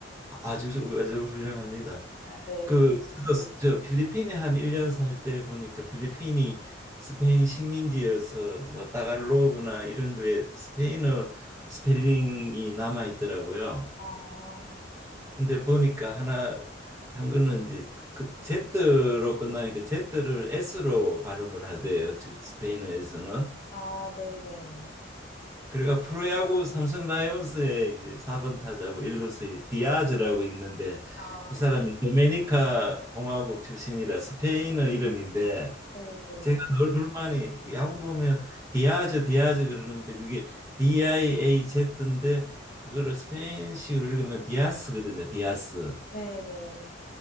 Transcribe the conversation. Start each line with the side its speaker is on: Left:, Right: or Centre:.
Right: 아주 아주 훌륭합니다.
Left: 아, 네네.
Right: 그 저도 스- 저 필리핀에 한 1년 살 때 보니까 필리핀이 스페인 식민지여서 뭐 따갈로그나 이런 거에 스페인어 스펠링이 남아 있더라고요.
Left: 아,
Right: 근데 보니까 하나 한 거는 이제 그 제트로 끝나니까 제트를 S로 발음을 하대요. 즉 스페인어에서는.
Left: 아, 네네.
Right: 그러니까 프로야구 삼성 라이온스의 이제 4번 타자고 일루수의 디아즈라고 있는데
Left: 아,
Right: 이 사람이 도메니카 공화국 출신이라 스페인어 이름인데
Left: 네네.
Right: 제가 늘 불만이 야구 보면 디아즈 디아즈 그러는데 그게 D I A Z인데 그거를 스페인식으로 읽으면 디아스거든요. 디아스.
Left: 네네.